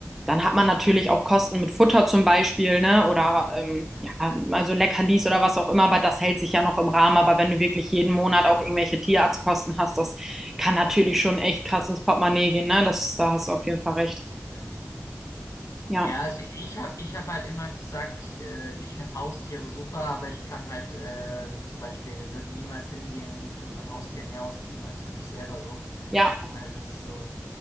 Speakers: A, in the centre; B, on the left (about 70°).
A: dann hat man natürlich auch Kosten mit Futter zum Beispiel, ne? Oder ähm,
B: Ja.
A: ja, also Leckerlis oder was auch immer, aber das hält sich ja noch im Rahmen. Aber wenn du wirklich jeden Monat auch irgendwelche Tierarztkosten hast, das kann natürlich schon echt krass ins Portemonnaie gehen, ne? Das, da hast du auf jeden Fall recht.
B: Hm.
A: Ja,
B: Ja, also ich habe ich hab halt immer gesagt, ich, äh, ich finde Haustiere super, aber ich kann halt äh, zum Beispiel, würde niemals hingehen und für mein Haustier mehr ausgeben als für mich selber so.
A: ja,
B: Also das ist so,